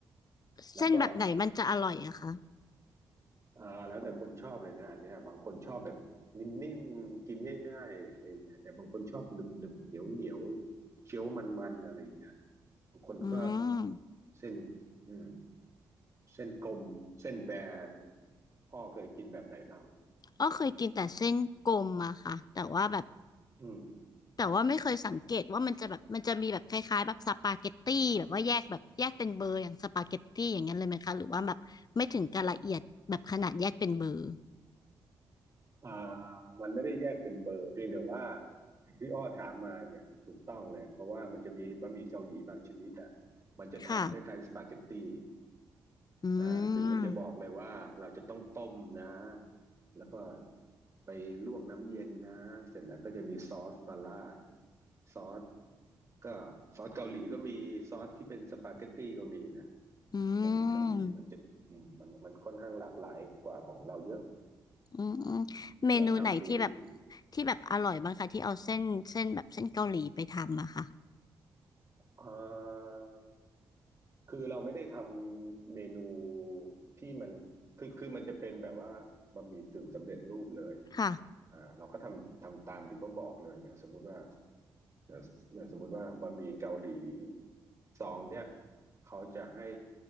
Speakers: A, on the right; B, on the left.
A: แล้วก็
B: เส้นแบบไหนมันจะอร่อยอะคะ
A: อ่าแล้วแต่คนชอบเลยนะอันเนี้ยบางคนชอบแบบนิ่มๆกินง่ายๆอะไรเงี้ยแต่บางคนชอบหนึบๆเหนียวเหนียวๆเคี้ยวมันๆอะไรเงี้ยบางคนก็
B: อืม
A: เส้นอืมเส้นกลมเส้นแบนพ่อเคยกินแบบไหนบ้าง
B: อ๋อเคยกินแต่เส้นกลมอะค่ะแต่ว่าแบบ
A: อืม
B: แต่ว่าไม่เคยสังเกตว่ามันจะแบบมันจะมีแบบคล้ายๆแบบสปาเกตตี้แบบว่าแยกแบบแยกเป็นเบอร์อย่างสปาเกตตี้อย่างนั้นเลยไหมคะหรือว่าแบบไม่ถึงกับละเอียดแบบขนาดแยกเป็นเบอร์
A: อ่ามันไม่ได้แยกเป็นเบอร์เพียงแต่ว่าอย่างที่อ้อถามมาเนี่ยถูกต้องเลยเพราะว่ามันจะมีบะหมี่เกาหลีบางชนิดอ่ะมันจะทำคล้ายๆสปาเกตตี้
B: ค่ะ อื
A: อ่าซึ่งมันจะบอกเลยว่าเราจะต้องต้มนะ
B: ม
A: แล้วก็ไปลวกน้ำเย็นนะเสร็จแล้วก็จะมีซอสบาร่าดซอสก็ซอสเกาหลีก็มีซอสที่เป็นสปาเกตตี้ก็มีนะ
B: อื
A: บะหมี่เกาหลีมันจะ
B: ม
A: มันมันค่อนข้างหลากหลายกว่าของเราเยอะ
B: อืมอืมเมนูไหนที่แบบ
A: อืมลองทำดูดิ
B: ที่แบบอร่อยบ้างคะที่เอาเส้นเส้นแบบเส้นเกาหลีไปทำอะค่ะ
A: เอ่อคือเราไม่ได้ทำเมนูที่มันคือคือมันจะเป็นแบบว่าบะหมี่กึ่งสำเร็จรูปเลย
B: ค่ะ
A: อ่าเราก็ทำทำตามที่เขาบอกเลยอย่างสมมุติว่าอย่างอย่างสมมุติว่าบะหมี่เกาหลีซองเนี่ยเขาจะให้